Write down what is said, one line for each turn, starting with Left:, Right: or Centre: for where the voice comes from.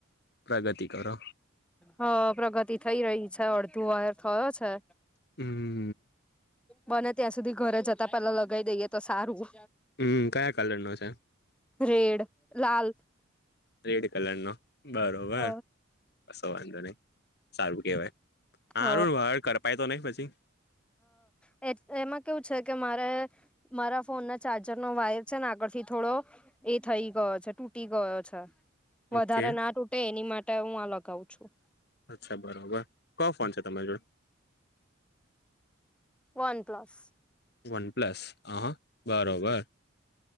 Left: પ્રગતિ કરો
Centre: હ પ્રગતિ થઈ રહી છે અડધો વાયર થયો છે.
Left: હમ.
Centre: બને ત્યાં સુધી ઘરે જતા પેલા લગાવી દઈએ તો સારું.
Left: હમ કયા કલર નો છે?
Centre: રેડ લાલ.
Left: રેડ કલર નો બરોબર.
Centre: હ
Left: કસો વાંધો નહી સારું કેવાય હારું
Centre: હ
Left: કરપાય તો નહી પછી.
Centre: હ એમાં કેવું છે કે મારે- - મારા ફોનનો ચાર્જરનો વાયર છે ને આગળથી થોડો- - એ થઇ ગયો છે તૂટી ગયો છે. વધારે
Left: ઓકે
Centre: ના તૂટે એની માટે હું આ લગાવું છું.
Left: અચ્છા બરાબર કયો ફોન છે તમારી જોડે?
Centre: OnePlus.
Left: વન પ્લસ અ હ બરોબર